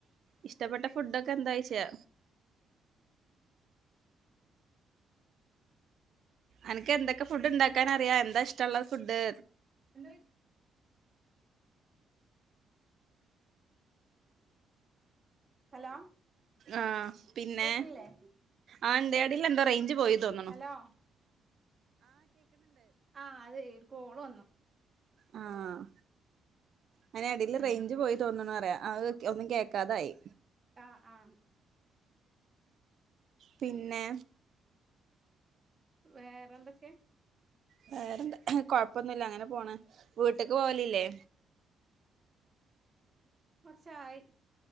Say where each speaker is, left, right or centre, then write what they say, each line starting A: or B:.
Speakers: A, on the right; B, on the right.
A: ഇഷ്ടപ്പെട്ട ഫുഡൊക്കെ എന്താച്ചേ? എനക്ക് എന്തൊക്കെ ഫുഡ് ഇണ്ടാക്കാൻ
B: അല്ലല്ല
A: അറിയാ. എന്താഷ്ടമൊള്ള ഫുഡ്.
B: എന്താ ഹലോ
A: ആഹ് പിന്നെ
B: കേക്ക്ണില്ലേ
A: ആ എന്തേടില്ലേന്താ റേഞ്ച് പോയണെന്ന് തോന്നണു.
B: ഹലോ ആഹ് അതേ രു കോള് വന്നു.
A: ആഹ് അയനടില്
B: ഉം
A: റേഞ്ച് പോയി തോന്നെണെന്ന് പറയാ. അത് ഒന്നും കേക്കാതായി.
B: ആഹ് ആഹ്
A: പിന്നെ
B: വേറെ എന്തൊക്ക
A: വേറെന്താ കൊഴപ്പ ന്ന അങ്ങനെ പോണ വീട്ടക്ക് പോവലില്ലേ
B: ചായ്